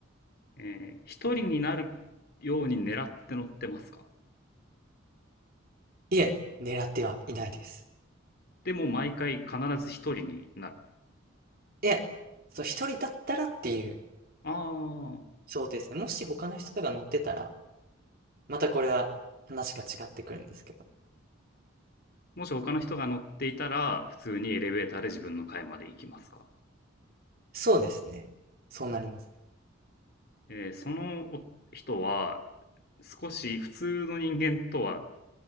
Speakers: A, on the left; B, on the right.
A: えー一人になるように狙って乗ってますか
B: いえ、狙ってはいないです。
A: でも毎回必ず一人になる。
B: いえ、そう、一人だったらっていう
A: ああ、
B: 想定ですね。もし他の人が乗ってたら、またこれは話が違ってくるんですけど。
A: もし他の人が乗っていたら、普通にエレベーターで自分の階まで行きますか
B: そうですね。そうなります。
A: えーそのお人は、少し普通の人間とは